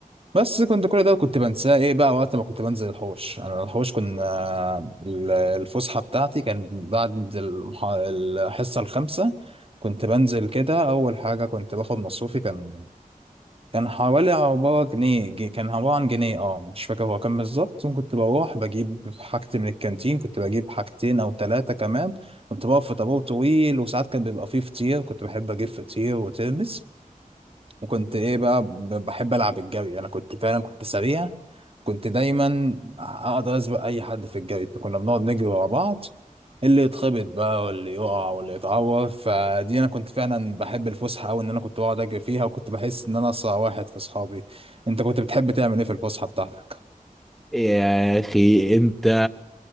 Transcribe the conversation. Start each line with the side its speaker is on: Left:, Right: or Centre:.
Right: بس كنت كل ده كنت بنساه ايه بقى وقت ما كنت بنزل الحوش انا الحوش كنا ال- الفسحه بتاعتي كان بعد المح... الحصه الخامسه كنت بنزل كده اول حاجه كنت باخد مصروفي كان كان حوالي عبارة جنيه جي- كان عبارة عن جنيه اه مش فاكر هو كان بالظبط كنت بروح بجيب حاجتي من الكانتين كنت بجيب حاجتين او ثلاثة كمان كنت بقف في طابور طويل وساعات كان بيبقى فيه فطير كنت بحب اجيب فطير وترمس وكنت ايه بقى ب- بحب العب الجري انا كنت فعلا كنت سريع كنت دايما اقدر اسبق اي حد في الجري كنا بنقعد نجري ورا بعض اللي يتخبط بقى واللي يقع واللي يتعور فدي انا كنت فعلا بحب الفسحه قوي ان انا كنت بقعد اجري فيها وكنت بحس ان انا اسرع واحد في اصحابي انت كنت بتحب تعمل ايه في الفسحه بتاعتك
Centre: يا اخي انت